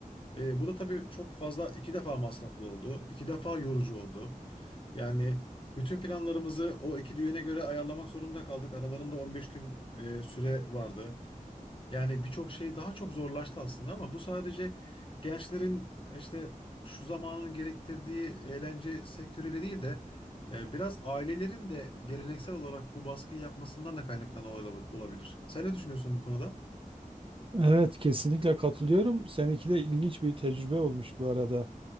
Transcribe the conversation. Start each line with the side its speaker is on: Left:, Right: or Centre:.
Left: E, bu da tabii çok fazla iki defa masraflı oldu. iki defa yorucu oldu. Yani bütün planlarımızı o iki düğüne göre ayarlamak zorunda kaldık. Aralarında 15 gün e, süre vardı. Yani birçok şey daha çok zorlaştı aslında ama bu sadece gençlerin işte şu zamanın gerektirdiği eğlence sektörüyle değil de e, biraz ailelerin de geleneksel olarak bu baskıyı yapmasından da kaynaklanan ola- olabilir. Sen ne düşünüyorsun bu konuda?
Right: Evet kesinlikle katılıyorum. Seninki de ilginç bir tecrübe olmuş bu arada.